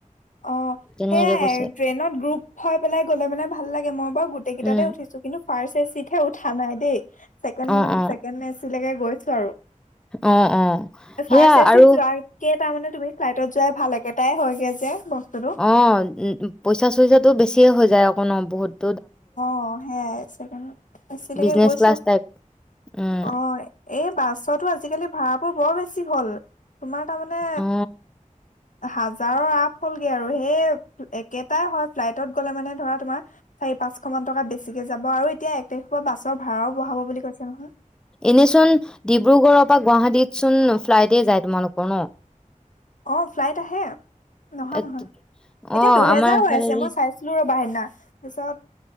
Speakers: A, on the left (about 70°); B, in the centre.
A: অ
B: তেনেকে
A: সেইয়াই
B: কৈছে
A: ট্ৰেইনত গ্ৰুপ হৈ পেলাই গলে মানে ভাল লাগে মই বাৰু গোটেইকেইটাতে
B: উম
A: উঠিছো কিন্তু ফাৰ্ষ্ট এ চিতহে উঠ নাই দেই ছেকেণ্ড
B: অ অ
A: ছেকেণ্ড এ চি লৈকে গৈছে আৰু,
B: অ অ সেয়া
A: ফাৰ্ষ্ট এ
B: আৰু
A: চিট যোৱাত কে -- তাৰ মানে তুমি ফ্লাইটত যোৱাই ভাল একেটাই হয়গে যে, বস্তুটো
B: অ উ পইচা চইচাটো বেছিয়ে হৈ যায় অক ন বহুত?
A: আহ সেয়াই চকিলৈকে
B: বিজনেচ
A: গৈছো।
B: ক্লাছ টাইপ উম
A: অ এই বাছতো আজিকালি ভাড়া বোৰ বৰ বেছি হ'ল। তোমাৰ তাৰমানে
B: অ
A: হাজাৰৰ আপ হ'লগে আৰু সেই একেটাই হয় ফ্লাইটত গ'লে মানে ধৰা তোমাৰ চাৰি পাঁচ ককমান টকা বেছিকে যাব আৰু এতিয়া এক তাৰিখ পৰা বাছৰ ভাড়াও বঢ়াব বুলি কৈছে নহয়।
B: এনেচোন ডিব্ৰুগড়ৰ পৰা গুৱাহাটীত চোন ফ্লাইট যায় তোমালোকৰ ন?
A: অ ফ্লাইট আহে নহা
B: এ
A: নহয়,
B: অ
A: এতিয়া দুহেজাৰ
B: আমাৰ এইফালেদি
A: হৈ আছে মই চাইছিলো ৰ বাই ন পাৰিছত